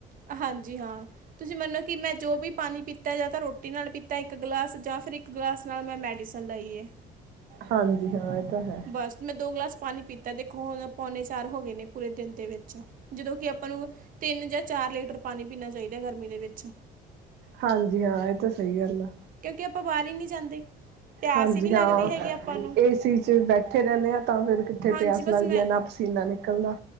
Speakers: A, on the right (about 55°); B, on the right (about 75°).
A: ਅ ਹਾਂਜੀ ਹਾਂ। ਤੁਸੀਂ ਮੰਨੋ, ਕਿ ਮੈਂ ਜੋ ਵੀ ਪਾਣੀ ਪੀਤੈ ਯਾ ਤਾਂ ਰੋਟੀ ਨਾਲ ਪੀਤੈ ਇਕ ਗਲਾਸ ਜਾਂ ਫਿਰ ਇਕ ਗਲਾਸ ਨਾਲ, ਮੈਂ ਮੈਡੀਸਨ ਲਈ ਐ।
B: ਹਾਂਜੀ, ਹਾਂ ਐ ਤਾਂ ਹੈ।
A: ਬਸ ਮੈਂ ਦੋ ਗਲਾਸ ਪਾਣੀ ਪੀਤੈ, ਦੇਖੋ ਹੁਣ ਪੋਣੇ ਚਾਰ ਹੋਗੇ ਨੇ, ਪੂਰੇ ਦੇਨ ਦੇ ਵਿਚ। ਜਦੋਂ ਕਿ ਆਪਾਂ ਨੂੰ, ਤਿੰਨ ਜਾ ਚਾਰ ਲੀਟਰ ਪਾਣੀ ਪੀਣਾ ਚਾਈਦੈ, ਗਰਮੀ ਦੇ ਵੇਚ।
B: ਹਾਂਜੀ ਹਾਂ, ਐ ਤਾ ਸਈ ਗੱਲ ਆ।
A: ਕਿਉਂਕਿ ਆਪਾਂ ਬਾਹਰ ਹੀ ਨਹੀਂ ਜਾਂਦੇ ਪਿਆਸ
B: ਹਾਂਜੀ
A: ਹੀ ਨਹੀਂ ਲੱਗਦੀ
B: ਹਾਂ,
A: ਹੈਗੀ ਆਪਾਂ ਨੂੰ
B: ਏਸੀ ਚ ਬੈਠੇ ਰੈਣੇ ਆ। ਤਾਂ ਫੇਰ ਕਿੱਥੇ
A: ਹਾਂਜੀ
B: ਪਿਆਸ
A: ਬਸ
B: ਲਾਗਦੀ
A: ਮੈਂ
B: ਆ, ਨਾ ਪਸੀਨਾ ਨਿਕਲਦਾ